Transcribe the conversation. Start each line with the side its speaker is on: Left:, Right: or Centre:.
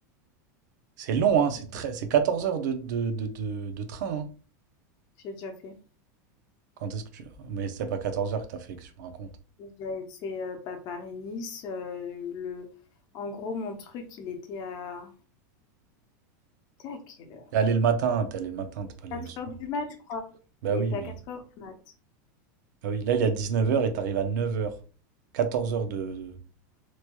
Right: C'est long, hein, c'est
Left: truc
Right: très...
Left: de-
Right: c'est 14 heures de, de, de, de- de train, hein.
Left: J'ai déjà fait.
Right: Quand est-ce que tu... Mais c'est pas 14 heures que t'as fait, que tu me racontes.
Left: J'avais fait, heu, bah, Paris-Nice, heu, le en gros, mon truc, il était à il était à quelle heure?
Right: T'es allé le matin, t'es allé le matin, t'es pas allé
Left: quatre
Right: le soir.
Left: heures du mat, je crois.
Right: Bah
Left: Il
Right: oui,
Left: était
Right: mais...
Left: à quatre heures du mat.
Right: Bah oui, là, il est à 19 heures et t'arrives à 9 heures. 14 heures de...